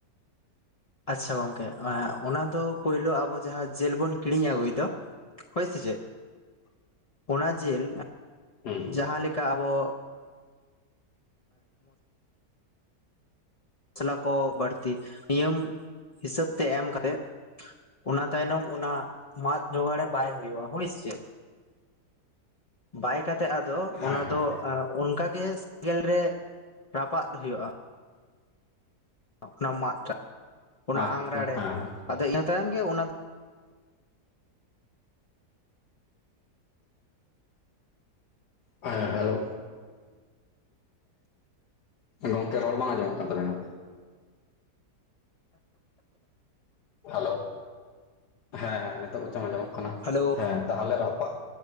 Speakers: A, on the left (about 35°); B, on the left (about 75°).
A: ᱟᱪᱪᱷᱟ ᱜᱚᱝᱠᱮ ᱚᱱᱟᱫᱚ ᱯᱳᱭᱞᱳ ᱟᱵᱚ ᱡᱟᱦᱟᱸ ᱡᱮᱞ ᱵᱚᱱ ᱠᱤᱨᱤᱧ ᱟᱹᱜᱩᱭ ᱫᱚ ᱦᱳᱭ ᱥᱮᱪᱮᱫ?
B: <unintelligible>
A: ᱚᱱᱟ ᱡᱤᱞ
B: ᱦᱩᱸ
A: ᱡᱟᱦᱟᱸᱞᱮᱠᱟ ᱟᱵᱚ ᱢᱚᱥᱞᱟ ᱠᱚ ᱵᱟᱹᱲᱛᱤ ᱱᱤᱭᱚᱢ ᱦᱤᱥᱟᱹᱵ ᱛᱮ ᱮᱢ ᱠᱟᱛᱮᱫ᱾ ᱚᱱᱟ ᱛᱟᱭᱱᱚᱢ ᱚᱱᱟ ᱢᱟᱫ ᱡᱚᱜᱟᱲ ᱨᱮ ᱵᱟᱭ ᱦᱩᱭᱩᱜᱼᱟ ᱦᱳᱭ ᱪᱮ᱾ ᱵᱟᱭ ᱠᱟᱛᱮᱜ ᱟᱫᱚ
B: ᱦᱮᱸ
A: ᱚᱱᱟ
B: ᱦᱮᱸ
A: ᱫᱚ ᱚᱱᱠᱟᱜᱮ ᱥᱮᱸᱜᱮᱞ ᱨᱮ ᱨᱟᱯᱟᱜ ᱦᱩᱭᱩᱜᱼᱟ᱾ ᱚᱱᱟ ᱢᱟᱫ ᱴᱟᱜ ᱚᱱᱟ
B: ᱟᱪᱪᱷᱟ
A: ᱟᱝᱨᱟ ᱨᱮ
B: ᱦᱮᱸ
A: ᱟᱫᱚ ᱤᱱᱟᱹ ᱛᱟᱭᱚᱢ ᱜᱮ ᱚᱱᱟ
B: ᱦᱮᱸ ᱦᱮᱞᱳ ᱜᱚᱝᱠᱮ ᱨᱚᱲ ᱵᱟᱝ ᱟᱸᱡᱚᱢᱚᱜ ᱠᱟᱱ ᱛᱟᱵᱮᱱᱟ᱾ ᱦᱮᱞᱳ ᱦᱮᱸ ᱦᱮᱸ ᱱᱤᱛᱚᱜ ᱵᱚᱨᱪᱚᱝ ᱟᱸᱡᱚᱢᱚᱜ ᱠᱟᱱᱟ᱾
A: ᱦᱮᱞᱳ
B: ᱦᱮᱸ ᱛᱟᱦᱚᱞᱮ ᱨᱟᱯᱟᱜ